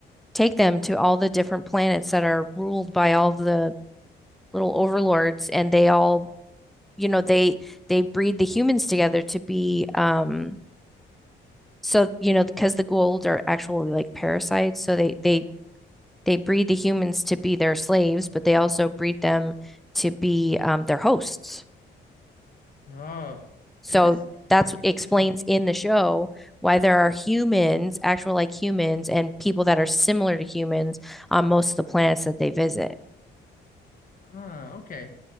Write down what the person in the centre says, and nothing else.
take them to all the different planets that are ruled by all the little overlords and they all, you know, they they breed the humans together to be um so you know because the Goa'uld are actually like parasites, so they they they breed the humans to be their slaves, but they also breed them to be um their hosts.
So
that's
explains
in the show why there are humans, actual like humans, and people that are similar to humans on most of the planets that they visit.